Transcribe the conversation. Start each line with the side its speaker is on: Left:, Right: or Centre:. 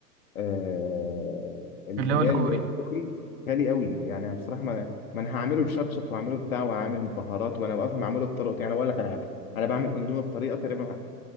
Left: آه اللي
Right: اللي هو الكوري
Left: هي الكوري غالي قوي يعني أنا بصراحه ما, ما انا هعمله بشطشط وهعمله بتاع وهعمل بهارات وانا اصلا بعمله بطريقتي يعني أنا بقول لك على حاجه انا بعمل اندومي بطريقه تقريبا